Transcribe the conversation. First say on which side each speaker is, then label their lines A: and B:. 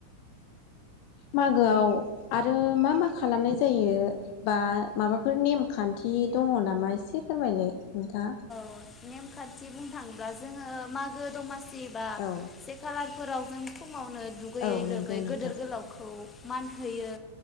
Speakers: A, on the left; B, on the left.
A: मागोआव आरो मा मा खालामनाय जायो बा माबाफोर नेमखान्थि दङ नामा एसे फोरमायलाय नोंथाङा
B: अ नेमखान्थि बुंनो थाङोबा जोङो मा गो दमासि बा
A: औ
B: से खालार फोरावजों फु ङावनो दुगैयै
A: औ नंगौ
B: लोबै
A: नोंथां
B: गोदोर गोलावखौ मान होयो